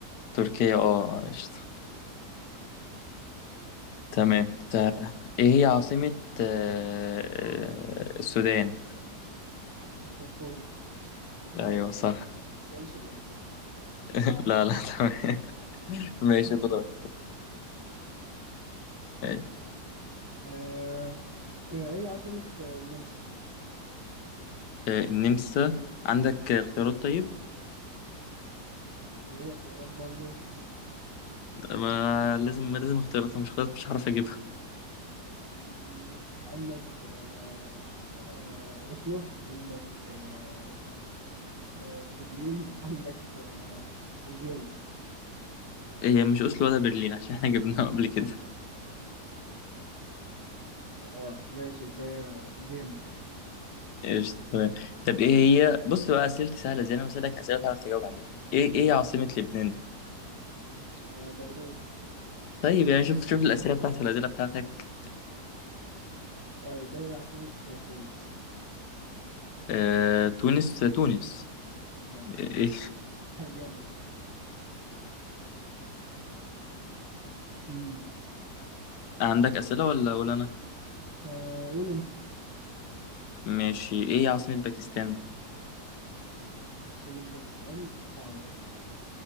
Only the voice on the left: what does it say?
تركيا اه قشطة تمام
طب إيه هي عاصمة آه، آه، السودان؟
أيوه
صح
<laughs> لا لا تمام <laughs> ماشي دورك ماشي
آه، النمسا عندك اختيارات طيب؟
ما لازم ما لازم اختيارات لو مش اختيارات مش هعرف أجيبها
هي مش أوسلو ولا برلين عشان احنا جبناها قبل كده
ايش تمام طب ايه هي بص بقى اسئلتي سهله زي انا بسالك اسئله تعرف تجاوب عليها ايه ايه عاصمه لبنان
طيب يعني شوف شوف الاسئله بتاعتي والاسئله بتاعتك
آه... تونس تونس
إيه. إيه.
عندك اسئله ولا ولا انا
ماشي ايه عاصمه باكستان